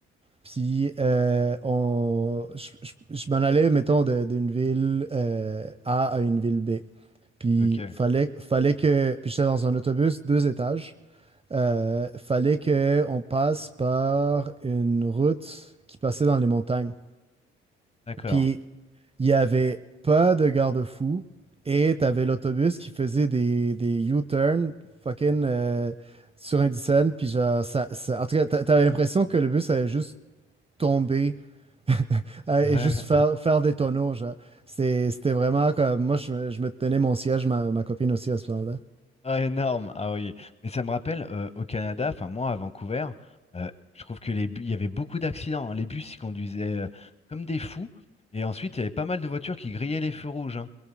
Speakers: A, on the right (about 20°); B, on the left (about 20°).
A: puis euh, on... je, je- je m'en allais, mettons, de- d'une ville euh, A à une ville B. Puis
B: Ok,
A: fallait, fallait que... Puis j'étais dans un autobus, deux étages. euh, fallait qu'on passe par une route qui passait dans les montagnes.
B: d'accord.
A: Puis il n'y avait pas de garde-fou et tu avais l'autobus qui faisait des, des U-turns fucking euh, sur Indiana. Puis genre, ça, ça- en tout cas, t'a- t'avais l'impression que le bus allait juste tomber <laughs> et
B: Ouais.
A: juste faire,
B: <laughs>
A: faire des tonneaux. Genre. C'est- C'était vraiment comme. Moi, je, me je me tenais mon siège, ma, ma copine aussi à ce moment-là.
B: Ah, énorme. Ah oui. Mais ça me rappelle, euh, au Canada, enfin, moi, à Vancouver, euh, je trouve que les bus, il y avait beaucoup d'accidents. hein. Les bus, ils conduisaient euh, comme des fous. Et ensuite, il y avait pas mal de voitures qui grillaient les feux rouges. hein.